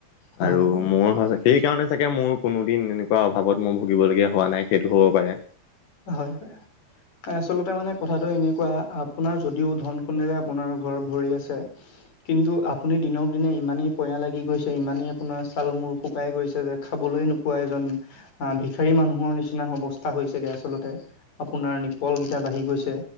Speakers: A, on the left; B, on the left.
A: হয়
B: আৰু
A: হয়
B: মোৰ সচ সেইকাৰণে চাগে মোৰ কোনোদিন এনেকুৱা অভাৱত মই ভুগিবলগীয়া হোৱা নাই সেইটো হ'ব পাৰে।
A: হয় হয়। আচলতে মানে কথাটো এনেকুৱা আপোনাৰ যদিও ধন সোনেৰে আপোনাৰ ঘৰ ভৰি আছে। কিন্তু আপুনি দিনক দিনে ইমানেই পঞা লাগি গৈছে ইমানেই আপোনাৰ চাল মূৰ শুকাই গৈছে যে খাব। লৈ নোপোৱা এজন ভিষাৰী মানুহৰ নিচিনা অৱস্থা হৈছেগে। আচলতে আপোনাৰ নিপল কেইটা বাঢ়ি গৈছে